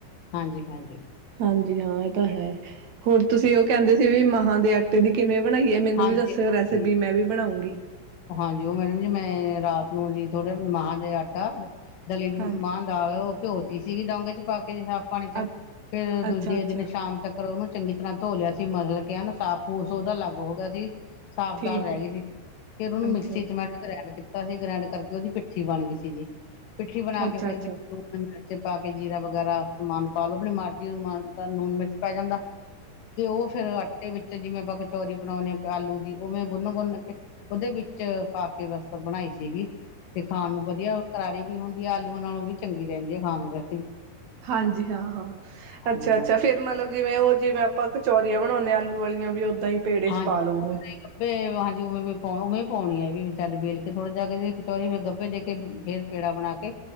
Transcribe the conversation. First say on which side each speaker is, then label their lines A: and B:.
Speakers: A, on the left; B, on the right.
A: ਹਾਂਜੀ, ਹਾਂਜੀ,
B: ਹਾਂਜੀ ਜੀ ਹਾਂ ਇਹ ਤਾਂ ਹੈ ਹੋਰ ਤੁਸੀਂ ਉਹ ਕਹਿੰਦੇ ਸੀ ਵੀ ਮਹਾਂ ਆਟੇ ਦੀ ਕਿਵੇਂ ਬਣਾਈਏ ਮੈਨੂੰ
A: ਹਾਂਜੀ,
B: ਵੀ ਦੱਸਿਓ
A: ਹਾਂਜੀ।
B: ਰੈਸਪੀ ਮੈਂ ਵੀ ਬਣਾਉਗਾ
A: ਹਾਂਜੀ ਉਹ ਮੈਡਮ ਜੀ ਮੈਂ ਰਾਤ ਨੂੰ ਜੀ ਥੋੜੇ ਮਾਂ ਦੇ ਆਟਾ ਦਲੀਬ
B: ਹਾਂ
A: ਮਾਂ ਦਾਲ ਘਿਓ ੀ ਸੀਗੀ ਡੋਂਗੇ ਚ ਪਾ ਜ ਸਾਫ਼ ਪਾਣੀ ਚ
B: ਅ
A: ਫਿਰ ਦੂਜੇ
B: ਅੱਛਾ ਅੱਛਾ
A: ਦਿਨ ਸ਼ਾਮ ਤੱਕ ਉਹਨੂੰ ਚੰਗੀ ਤਰ੍ਹਾਂ ਧੋ ਲਿਆ ਸੀ ਮਤਲਬ ਕਹਿਣੂੰ ਸਾਫ਼ ਪੂਸ ਉਹਦਾ ਅਲੱਗ ਹੋ ਗਿਆ ਸੀ ਸਾਫ਼
B: ਠੀਕ
A: ਦਾਲ ਰਹਿ
B: ਹੈ
A: ਗਈ ਸੀ ਫਿਰ ਉਹਨੂੰ
B: ਅੱਛਾ
A: ਮਿਕਸੀ ਚ ਮੈਂ ਗ੍ਰੈਂਡ ਕੀਤਾ ਤਾਂ ਅਸੀਂ ਗ੍ਰੈਂਡ ਕਰਕੇ ਉਹਦੀ ਪਿੱਠੀ ਬਣ ਗਈ ਸੀ ਜੀ ਪਿੱਠੀ
B: ਜੀ
A: ਬਣਾ
B: ਅੱਛਾ
A: ਕੇ ਫਿਰ
B: ਅੱਛਾ
A: ਵਿੱਚ ਕਚੇ ਪਾ ਕੇ ਜੀਰਾ ਵਗੈਰਾ ਸਮਾਨ ਪਾ ਲਓ ਆਪਣੀ ਮਰਜ਼ੀ ਦਾ ਨੂਣ ਮਿਰਚ ਪੈ ਜਾਂਦਾ ਤੇ ਉਹ ਫਿਰ ਆਟੇ ਵਿੱਚ ਜਿਵੇਂ ਆਪਾਂ ਕਚੋਰੀ ਬਣਾਉਣੇ ਆ ਆਲੂ ਦੀ ਉਹ ਮੈਂ ਗੁਨ ਗੁੰਨ ਕੇ ਉਹਦੇ ਵਿੱਚ ਪਾ ਕੇ ਬਸ ਬਣਾਈ ਸੀਗੀ ਤੇ ਖਾਣ ਨੂੰ ਵਧੀਆ ਕਰਾਰੇ ਵੀ ਹੁਣ ਆਲੂਆਂ ਨਾਲੋਂ ਵੀ ਚੰਗੀ ਰਹਿੰਦੀ ਆ ਖਾਣ ਵ
B: ਹਾਂਜੀ ਹਾਂ ਹਾਂ
A: ਹਾਂਜੀ
B: ਅੱਛਾ ਅੱਛਾ
A: ਹਾਂਜੀ
B: ਫਿਰ ਮਤਲਬ ਜਿਵੇਂ ਉਹ ਜਿਵੇਂ ਆਪਾਂ ਕਚੌ ਬਣਾਉਂਦੇ ਆਲੂ ਵਾਲੀਆਂ ਵੀ ਹੀ ਪੇੜੇ ਚ
A: ਹਾਂਜੀ
B: ਪਾ ਲਓ
A: <unintelligible>
B: ਉਹ
A: ਹਾਂਜੀ। ਉਵੇਂ ਵੀ ਪਾ ਉਵੇਂ ਪਾਉਣੀ ਆ ਵੀ ਬਾਰੇ ਵੇਲ ਕੇ ਥੋੜੇ ਜਾ ਕੇ ਕਚੋਾਰੀ ਗੱਭੇ ਦੇ ਕੇ ਫੇਰ ਪੇੜਾ ਬਣਾ ਕੇ।